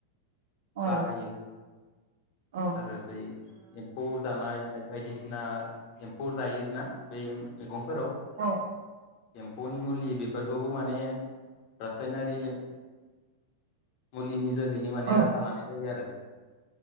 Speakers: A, on the right; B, on the left.
A: औ
B: बाहायो।
A: औ ओ
B: आरो बै एम्फौ जानाय बायदिसिना एम्फौ जायोना बै मैगंफोराव ।
A: औ
B: एम्फौनि मुलि बेफोरखौबो माने रासायनारि मुलिनि जोहैनो माने
A: औ
B: राहा लानाय जायो आरो ‌।